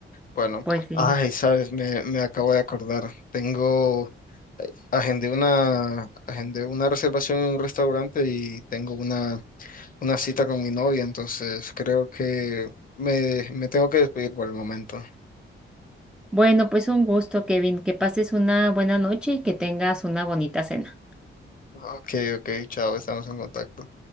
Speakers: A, on the left; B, in the centre.
A: Bueno,
B: Pues sí.
A: ay, sabes, me, me acabo de acordar. Tengo, agendé una, agendé una reservación en un restaurante y tengo una, una cita con mi novia, entonces creo que me, me tengo que despedir por el momento.
B: Bueno, pues un gusto, Kevin, que pases una buena noche y que tengas una bonita cena.
A: Ok, ok, chao, estamos en contacto.